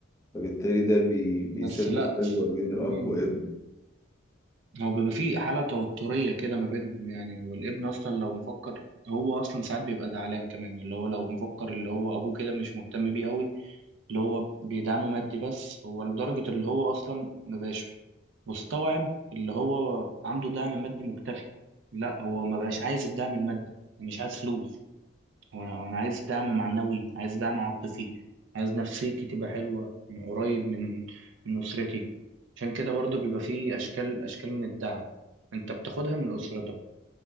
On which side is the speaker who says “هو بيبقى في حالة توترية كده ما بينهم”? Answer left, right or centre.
Right